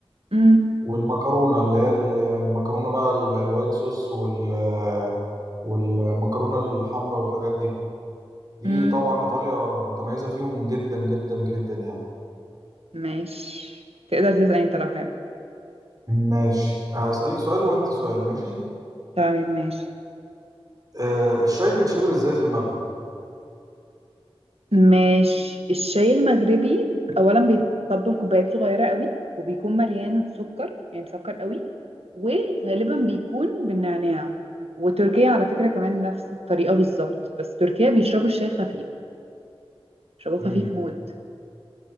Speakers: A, on the right; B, on the right.
A: مم.
B: والمكرونة اللي هي ال- المكرونة بقى ال- الوايت صوص وال والمكرونة الحمراء والحاجات دي دي
A: مم.
B: طبعا إيطاليا متميزة فيهم جدا جدا جدا يعني
A: ماشي تقدر تسأل أنت لو حابب
B: ماشي هسألك سؤال وأنت سؤال ماشي
A: طيب ماشي
B: آه، الشاي بيتشرب إزاي في المغرب؟
A: ماشي الشاي المغربي اولا بيتطب في كوبايات صغيره قوي وبيكون مليان سكر يعني مسكر قوي وغالبا بيكون بالنعناع وتركيا على فكره كمان نفس الطريقه بالظبط بس تركيا بيشربوا الشاي خفيف بيشربوه خفيف
B: مم.
A: موت